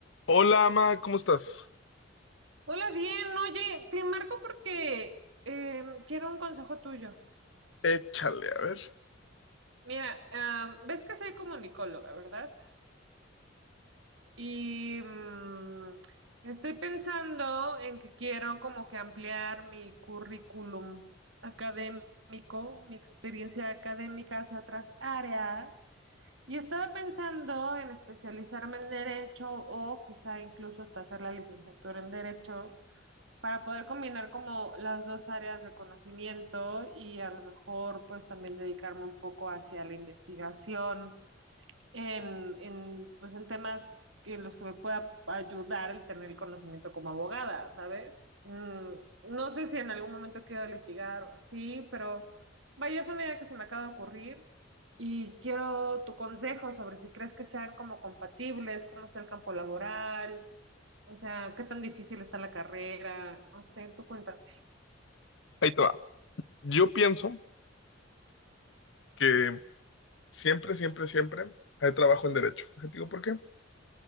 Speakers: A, on the left; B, on the right.
A: Hola, Ama, ¿cómo estás?
B: Hola, bien, oye, te marco porque eh, quiero un consejo tuyo.
A: Échale, a ver.
B: Mira, ah, ves que soy comunicóloga, ¿verdad? Y mm, estoy pensando en que quiero como que ampliar mi currículum académico, mi experiencia académica hacia otras áreas. Y estaba pensando en especializarme en derecho o quizá incluso hasta hacer la licenciatura en derecho. para poder combinar como las dos áreas de conocimiento y a lo mejor pues también dedicarme un poco hacia la investigación en, en, pues en temas que en los que me pueda ayudar el tener el conocimiento como abogada, ¿sabes? Mm, no sé si en algún momento quiero litigar o así, pero vaya, es una idea que se me acaba de ocurrir y quiero tu consejo sobre si crees que sean como compatibles, cómo está el campo laboral, o sea, qué tan difícil está la carrera, no sé, tú cuéntame.
A: Ahí te va. Yo pienso que siempre, siempre, siempre hay trabajo en derecho. Te digo por qué.